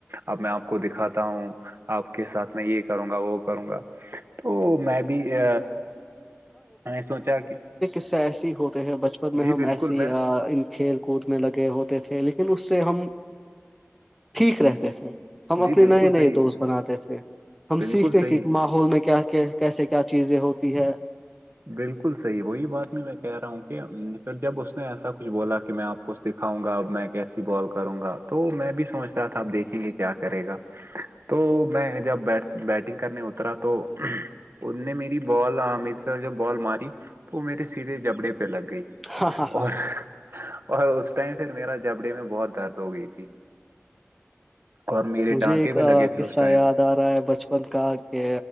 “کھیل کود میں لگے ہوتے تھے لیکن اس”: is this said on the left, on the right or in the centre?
Centre